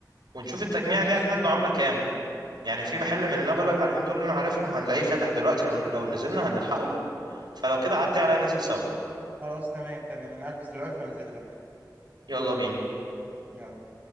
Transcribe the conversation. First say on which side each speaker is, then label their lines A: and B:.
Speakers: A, on the right; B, on the right.
A: ونشوف التجميع
B: ماشي
A: دي عنده
B: تمام
A: عاملة كام يعني في محل من اللي انا بقول لك عليهم دول اللي انا عارفهم هنلاقيه فاتح دلوقتي لو لو نزلنا هنلحقه فلو كده عدي عليا ننزل سوا
B: خلاص تمام تمام انا هلبس دلوقتي وانزل لك
A: يلا بينا
B: يلا